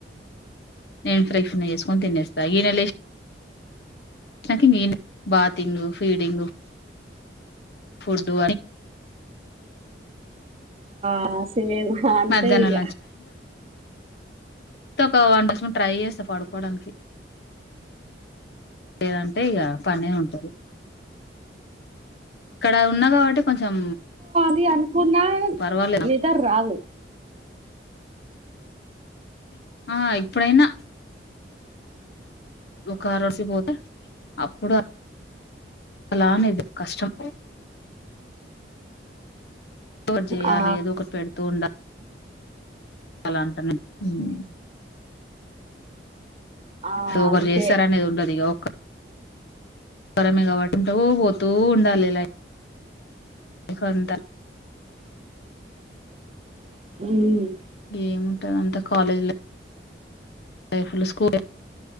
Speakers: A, on the left; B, on the right.
A: నేన్ ప్రేఫ్న్ చేసుకొని తినేస్తా ఈయన లె నాకి ఇంగ్ ఏం బాతింగ్ ఫీడింగ్ ఫుడ్డు
B: ఆసి మెన్ అంతే
A: మధ్యాహ్నం
B: ఈగ
A: ంతోక వన్ టు స్పున్ ట్రై చేస్తా పడుకోడానికి లేదంటే ఇగా పనె ఉంటది ఇక్కడ ఉన్నా కాబట్టి కొంచెం
B: అది అనుకున్నా
A: పర్వాలేదు
B: నిదర్ రాదు
A: ఆ ఇప్పుడైనా ఒక్కా రోడ్సి పోతే అప్పుడ అలాను ఇద్ కష్టం ఒకటి చేయాలి
B: ఆ
A: ఏదో ఒకటి పెడుతూ ఉండాలి అలా అంటాన ఉమ్
B: ఆ
A: ఒకరు
B: అంతే
A: చేస్తారనేది ఉండదు ఇగ ఒక్ తర మగవాటుంటూ పోతూ ఉండాలిలా ఇకొంత
B: మ్
A: ఏముంటందంత కాలేజ్ లే లైఫలా స్కోర్